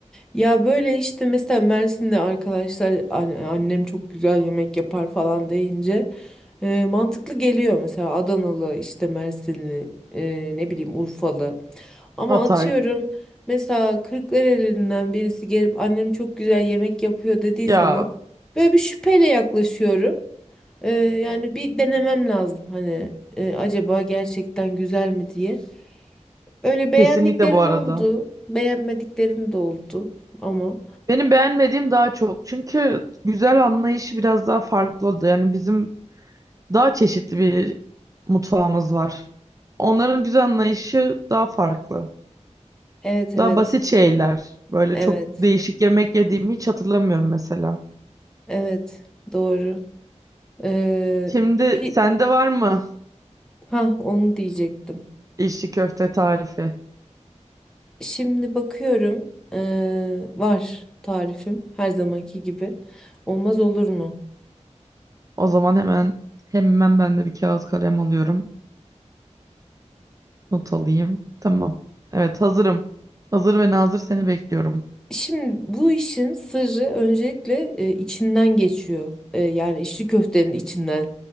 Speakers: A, in the centre; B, on the right.
A: Ya böyle işte mesela Mersin'de arkadaşlar an- annem çok güzel yemek yapar falan deyince e, mantıklı geliyor mesela Adanalı işte Mersinli e, ne bileyim Urfalı ama
B: Hatay.
A: atıyorum mesela Kırklareli'nden birisi gelip annem çok güzel yemek yapıyor dediği
B: Ya
A: zaman böyle bir şüpheyle yaklaşıyorum. E, yani bir denemem lazım hani e, acaba gerçekten güzel mi diye. Öyle beğendiklerim
B: kesinlikle bu arada.
A: oldu, beğenmediklerim de oldu ama.
B: Benim beğenmediğim daha çok. Çünkü güzel anlayışı biraz daha farklı oldu. Yani bizim daha çeşitli bir mutfağımız var. Onların güzel anlayışı daha farklı.
A: Evet evet.
B: Daha basit şeyler. Böyle
A: Evet.
B: çok değişik yemek yediğimi hiç hatırlamıyorum mesela.
A: Evet. Doğru. Ee,
B: Şimdi
A: bir
B: sende var mı
A: ha onu diyecektim.
B: içli köfte tarifi?
A: Şimdi bakıyorum. ee, var tarifim her zamanki gibi. Olmaz olur mu?
B: O zaman hemen hemen ben de bir kağıt kalem alıyorum. Not alayım. Tamam. Evet hazırım. Hazır ve nazır seni bekliyorum.
A: Şimdi bu işin sırrı öncelikle e, içinden geçiyor. E, yani içli köftenin içinden.